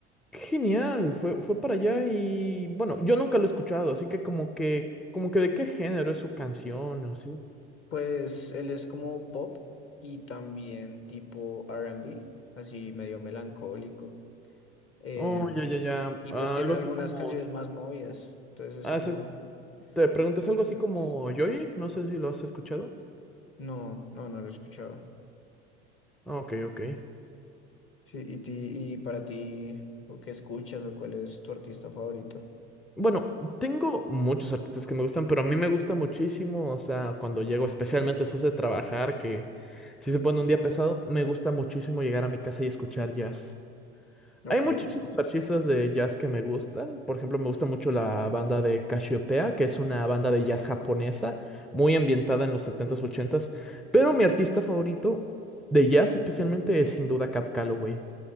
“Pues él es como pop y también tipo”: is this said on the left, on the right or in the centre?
Left